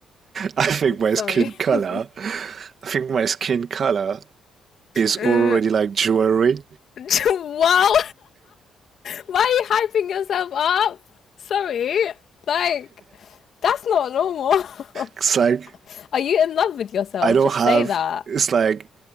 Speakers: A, on the right; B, on the left.
A: I think my
B: Sorry.
A: skin color
B: <laughs>
A: I think my skin color is
B: Uh,
A: already like jewelry.
B: <laughs> wow. Why are you hyping yourself up? Sorry, like that's not normal.
A: It's like
B: <laughs> are you in love with yourself?
A: I don't
B: Just
A: have
B: say that.
A: it's like